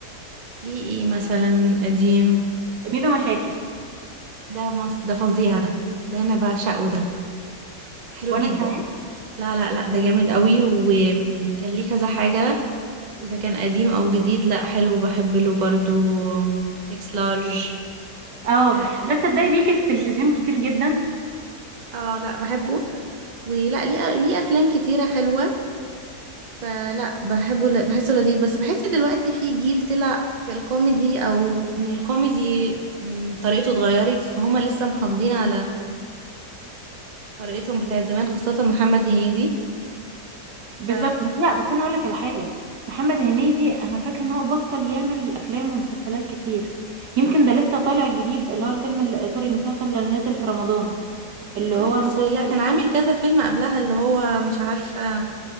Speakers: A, on the right; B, on the right.
A: ليه إيه مثلا قديم
B: ميدو مشاكل
A: ده مص... ده فظيع ده ده أنا بعشقه ده حلو
B: وانا
A: جدا
B: كمان
A: لا لا لا ده جامد قوي وكان ليه كذا حاجة إذا كان قديم أو جديد لأ حلو بحب له برضو إكس لارج
B: اه
A: أه
B: ده تصدقي
A: ما
B: بيجي
A: بحبوش
B: في التلفزيون كتير جدا
A: اه لا بحبه ولا ليه ليه افلام كتيره حلوه فلا بحبه ل- بحسه لذيذ بس بحس دلوقتي في جيل طلع في الكوميدي او ان الكوميدي مم، طريقته اتغيرت فهما لسه محافظين على طريقتهم بتاعت زمان خاصه محمد هنيدي
B: بالظبط
A: ف
B: بس لا بس انا هقول لك على حاجه محمد هنيدي
A: إيه،
B: انا فاكره ان هو بطل يعمل افلام ومسلسلات كتير يمكن ده لسه طالع جديد اللي هو الفيلم اللي- سوري المسلسل اللي نزل في رمضان اللي
A: لا
B: هو
A: بس
B: مسلسل
A: لا كان عامل كذا فيلم قبلها اللي هو مش عارفه